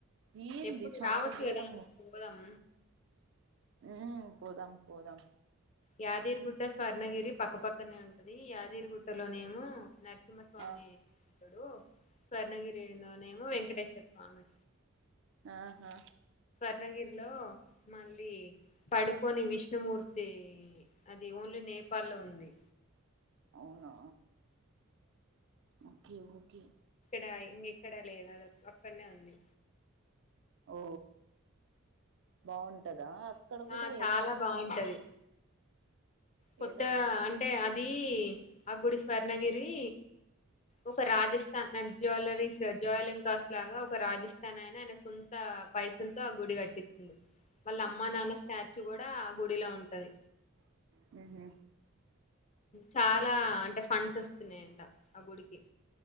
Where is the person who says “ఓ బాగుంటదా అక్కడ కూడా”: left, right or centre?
Right